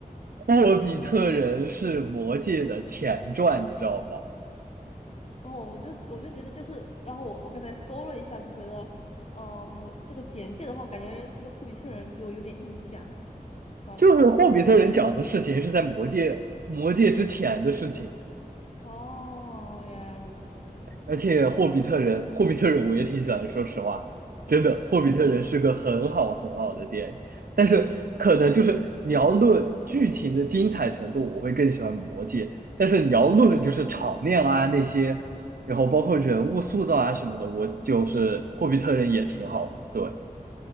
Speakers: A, on the right; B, on the left.
A: 《霍比特人》是《魔戒》的前传，你知道吗？
B: 哦，我就我就觉得就是，然后我我刚才搜了一下，就觉得，嗯、我这个简介的话，感觉这个霍比特人给我有点印象。那种。
A: 就是霍比特人讲的事情是在魔界魔界之前的事情，
B: 哦，原来如此，
A: 而且霍比特人霍比特人我也挺喜欢的说实话，真的霍比特人是个很好很好的电影，但是可能就是你要论剧情的精彩程度，我会更喜欢魔界，但是你要论就是场面啊那些，然后包括人物塑造啊什么的，我就是霍比特人也挺好的对，